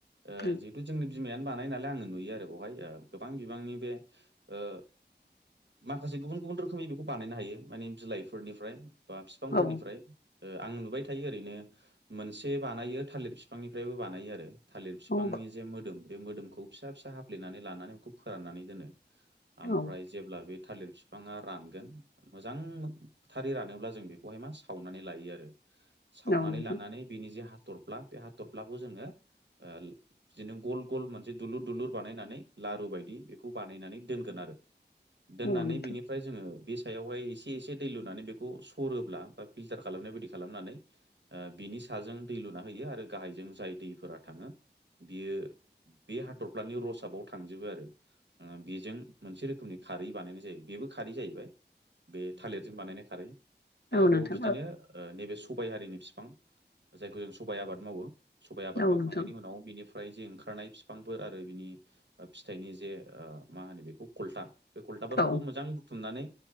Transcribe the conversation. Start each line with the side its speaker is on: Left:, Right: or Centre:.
Right: ओ
Left: उम
Right: जिहेतु जोंनि बि मायनो बानाय नालाय आङो नुयो आरो बेहाय गोबां बिबांनि बे ओ माखासे गुबुन गुबुन रोखोमनि बेखौ बानायनो हायो माने बिलाइफोरनिफ्राय बा बिफांफोरनिफ्राय
Left: औ
Right: ओ आं नुबाय थायो ओरैनो मोनसे बानायो थालिर बिफांनिफ्रायबो बानायो आरो थालिर बिफांनि
Left: औ
Right: जे मोदोम बे मोदोमखौ फिसा फिसा हाफ्लेनानै लानानै बेखौ फोराननानै दोनो। ओमफ्राय
Left: औ
Right: अब्ला बे थालिर बिफाङा रानगोन मोजांथारै रानोब्ला जों बेखौहाय मा सावनानै लायो आरो। सावनानै
Left: औ नोंथां
Right: लानानै बेनि जे हा हाथर्ला बे हाथर्लाखौ जोङो ओ बिदिनो गल गल मोनसे दुलुर दुलुर बानायनानै लारु बायदि बेखौ बानायनानै दोनगोन आरो। दोननानै
Left: औ नोंथां
Right: बिनिफ्राय जोङो बे सायावहाय एसे एसे दै लुनानै बेखौ सरोब्ला बा फिलटार खालामनाय बदि खालामनानै ओ बिनि साजों दै लुना होयो आरो गाहायजों जाय दैफोरा थाङो बियो बे हाथरफ्लानि रसाबाव थांजोबो आरो बेजों मोनसे रोखोमनि खारै बानायनाय जायो, बेबो खारै जाहैबाय। बे थालिरिरजों बानायनाय खारै आरोबाव
Left: औ नोंथां
Right: बिदिनो ओ नैबे सबाय हारिनि बिफां जायखौ जों सबाय आबाद मावो सबाय आबाद
Left: औ
Right: मावखांनायनि
Left: नोंथां
Right: उनाव बिनि फ्राय जे ओंखारनाय बिफांफोर आरो बिनि ओ फिथाइनि जे ओ मा होनो बेखौ खलथा। बे खलथाफोरखौबो
Left: औ
Right: मोजां बुथुमनानै